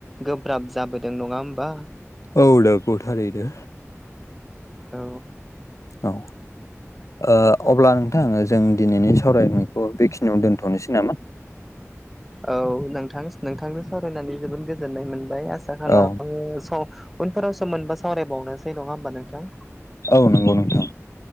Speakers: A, in the centre; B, on the left.
A: गोब्राब जाबोदों नङा होमबा?
B: औ नंगौ थारैनो।
A: औ।
B: औ। ओ अब्ला नोंथां ओ जों दिनैनि सावरायनायखौ बेखि <unintelligible> दोनथ'नोसै नामा
A: औ नोंथांस। नोंथांजों सावरायनानै जोबोद गोजोननाय मोनबाय। आसा खालामो
B: औ
A: <unintelligible> उनफोराव सम मोनबा सावरायबावनोसै नङा होमबा नोंथां।
B: औ नंगौ नोंथां